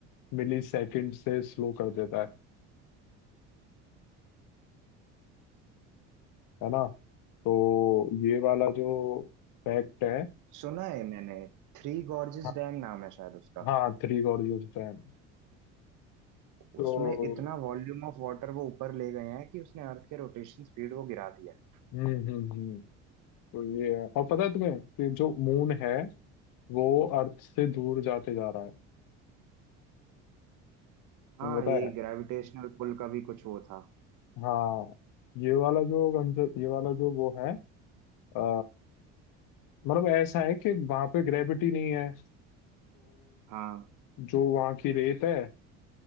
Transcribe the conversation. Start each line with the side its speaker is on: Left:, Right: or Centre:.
Left: मिली सेकेंड से स्लो कर देता है है ना तो ये वाला जो फैक्ट है
Right: सुना है मैंने थ्री गॉर्जेस
Left: हाँ
Right: डैम नाम है शायद उसका
Left: हाँ थ्री गॉर्जियस डैम तो
Right: उसमें इतना वॉल्यूम ऑफ वाटर वो ऊपर ले गए हैं कि उसने अर्थ के रोटेशन स्पीड को गिरा दिया है
Left: हम्म हम्म हम्म तो ये है और पता है तुम्हें कि जो मून है वो अर्थ से दूर जाते जा रहा है
Right: हाँ
Left: तुम्हें पता
Right: ये
Left: है
Right: ग्रेविटेशनल पुल का भी कुछ वो था
Left: हाँ ये वाला जो कंसेप्ट ये वाला जो वो है अ, मतलब ऐसा है कि वहां पे ग्रेविटी नहीं है तो
Right: हाँ
Left: जो वहां की रेत है